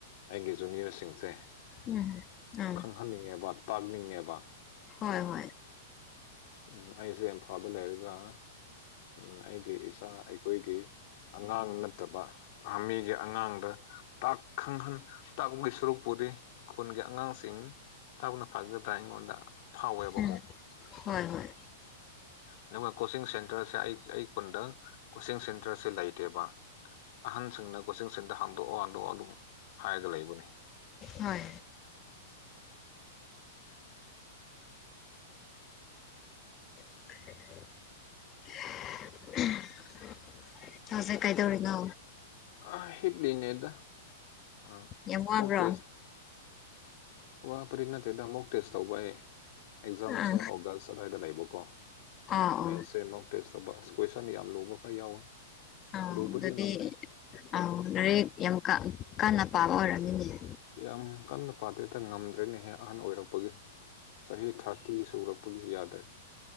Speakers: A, on the left; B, on the left.
A: ꯑꯩꯒꯤ ꯖꯨꯅꯤꯌꯔꯁꯤꯡꯁꯦ
B: ꯎꯝ ꯑꯝ
A: ꯇꯥꯛꯍꯟꯅꯤꯡꯉꯦꯕ ꯇꯥꯛꯅꯤꯡꯉꯦꯕ
B: ꯍꯣꯏ ꯍꯣꯏ
A: ꯎꯝ ꯑꯩꯁꯦ ꯏꯝꯐꯥꯜꯗ ꯂꯩꯔꯒ ꯎꯝ ꯑꯩꯒꯤ ꯏꯥ ꯑꯩꯈꯣꯏꯒꯤ ꯑꯉꯥꯡ ꯅꯠꯇꯕ ꯍꯥ ꯃꯤꯒꯤ ꯑꯉꯥꯡꯗ ꯇꯥꯛ ꯈꯪꯍꯟ ꯇꯥꯛꯄꯒꯤ ꯁꯔꯨꯛ ꯄꯨꯔꯤ ꯈꯨꯣꯟꯒꯤ ꯑꯉꯥꯡꯁꯤꯡ ꯁꯤꯡ ꯊꯅ ꯐꯒꯗ꯭ꯔꯥ ꯑꯩꯉꯣꯟꯗ ꯐꯥꯎꯋꯦꯕ
B: ꯎꯝ
A: ꯑꯃꯨꯛ
B: ꯍꯣꯏ ꯍꯣꯏ
A: ꯑꯗꯨꯒ ꯀꯣꯆꯤꯡ ꯁꯦꯟꯇꯔꯁꯦ ꯑꯩ ꯑꯩ ꯈꯨꯟꯗ ꯀꯣꯆꯤꯡ ꯁꯦꯟꯇꯔꯁꯦ ꯂꯩꯇꯦꯕ ꯑꯍꯟꯁꯤꯡꯅ ꯀꯣꯆꯤꯡ ꯁꯦꯟꯗ ꯍꯥꯡꯗꯣꯛꯑꯣ ꯍꯥꯡꯗꯣꯛꯑꯣ ꯑꯗꯨꯝ ꯍꯥꯏꯔꯒ ꯂꯩꯕꯅꯤ
B: ꯍꯣꯏ <unintelligible> ꯇꯁꯦ ꯀꯥꯏꯗꯧꯔꯤꯅꯣ
A: ꯑ ꯍꯠꯂꯤ ꯏꯅꯦꯗ ꯑꯥ
B: ꯌꯥꯝ ꯋꯥꯕ꯭ꯔꯣ
A: ꯃꯨꯛ ꯇꯦꯁ ꯋꯥ ꯐꯔꯤ ꯅꯠꯇꯦꯗ ꯃꯨꯛ ꯇꯦꯁ ꯇꯧꯕ ꯑꯦꯛꯖꯥꯝꯁꯦ
B: ꯑꯥ ꯑꯥ
A: ꯑꯣꯒꯁ ꯑꯗꯨ꯭ꯋꯥꯏꯗ ꯂꯩꯕꯀꯣ
B: ꯑꯣ
A: ꯃꯦꯁꯦ ꯑꯃꯨꯛ ꯇꯦꯁ ꯇꯧꯕ ꯑꯁ ꯀꯣꯏꯁꯟ ꯌꯥꯝ ꯂꯨꯕ ꯈꯔ ꯌꯥꯎꯋꯦ
B: ꯑꯥꯎ
A: ꯂꯨꯕꯗꯤ
B: ꯑꯗꯨꯗꯤ
A: ꯉꯝꯗꯦ
B: ꯑꯥꯎ ꯂꯦꯛ ꯌꯥꯝ ꯀꯥꯟꯟꯅ ꯄꯥꯕ ꯑꯣꯏꯔꯝꯃꯤꯅꯦ
A: ꯌꯥꯝ ꯀꯟꯅ ꯄꯥꯗꯦꯗ ꯉꯝꯗ꯭ꯔꯦꯅꯦꯍꯦ ꯑꯍꯟ ꯑꯣꯏꯔꯛꯄꯒꯤ ꯆꯍꯤ ꯊꯥꯔꯇꯤ ꯁꯨꯔꯛꯄꯒꯤ ꯌꯥꯗ꯭ꯔꯦ